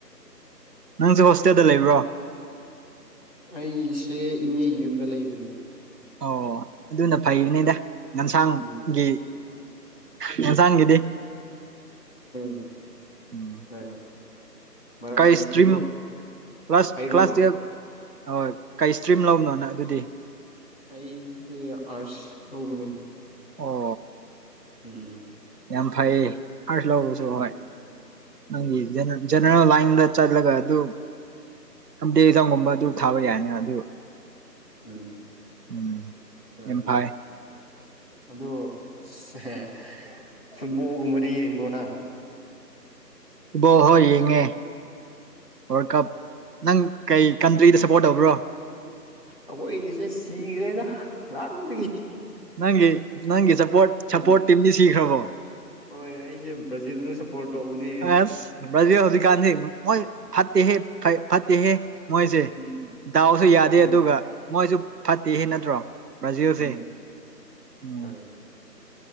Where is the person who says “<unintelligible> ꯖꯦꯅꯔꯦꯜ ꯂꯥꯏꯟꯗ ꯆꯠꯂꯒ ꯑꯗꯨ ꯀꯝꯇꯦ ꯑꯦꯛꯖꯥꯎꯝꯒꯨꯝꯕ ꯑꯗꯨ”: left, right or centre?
Right